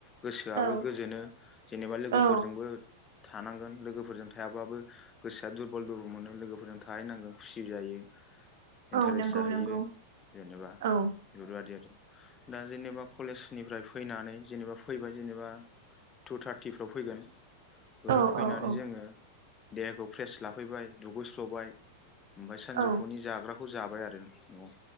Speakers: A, on the left; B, on the right.
A: गोसोआबो
B: औ
A: गोजोनो जेनेबा लोगोफोरजोंबो
B: औ
A: थानांगोन लोगोफोरजों थायाबाबो गोसोआ दुरबल दुरबल मोनो लोगोफोरजों थाहैनांगोन खुसि जायो इन्टारेस्ट
B: औ नंगौ
A: जाहैयो
B: नंगौ
A: जेनेबा
B: औ
A: बिफोरबादि आरो दा जेनेबा कलेजनिफ्राय फैनानै जेनेबा फैबाय जेनेबा टु थार्टिफ्राव फैगोन फोराव
B: औ
A: फैनानै
B: औ औ
A: जोङो देहाखौ फ्रेस लाफैबाय दुगैस्र सबाय ओमफाय सानजौफुनि
B: औ
A: जाग्राखौ बेखौ जाबाय आरो न'आव